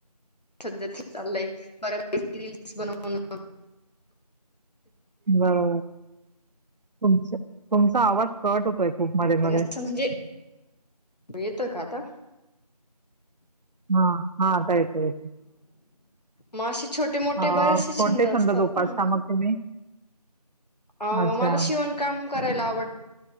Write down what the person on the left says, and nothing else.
सध्या ते चाललंय. बऱ्या पैकी रील्स बनवण.
वगैरे
असं म्हणजे येतं का आता?
म असेे छोटे मोठे
बरेचसे
छंद असतात
ना?
अ
मला शिवणकाम करायला आवड